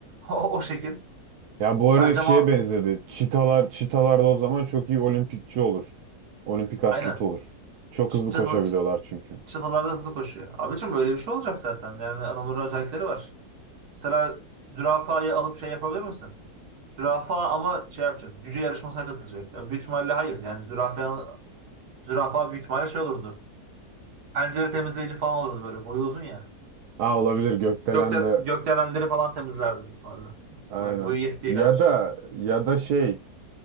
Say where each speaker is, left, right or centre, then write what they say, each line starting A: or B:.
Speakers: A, on the right; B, on the right.
A: o, o şekil.
B: Ya bu örnek
A: Bence
B: şeye
A: mal...
B: benzedi. Çitalar, çitalar da o zaman çok iyi olimpikçi olur. Olimpik atleti
A: Aynen.
B: olur. Çok
A: Çı-
B: hızlı
A: Çıta,
B: koşabiliyorlar çünkü.
A: çıtalarda hızlı koşuyor. Abicim öyle bir şey olacak zaten. Yani adamların özellikleri var. Mesela zürafayı alıp şey yapabilir misin? Zürafa ama şey yapacak. Cüce yarışmasına katılacak. Yani büyük ihtimalle hayır. Yani zürafa, zürafa büyük ihtimalle şey olurdu. Pencere temizleyici falan olurdu böyle. Boyu uzun ya.
B: Aa olabilir gökdelen
A: Gökte,
B: de
A: gökdelenleri falan temizlerdi büyük ihtimalle.
B: aynen.
A: Boyu, boyu yettiği
B: Ya
A: kadar.
B: da ya da şey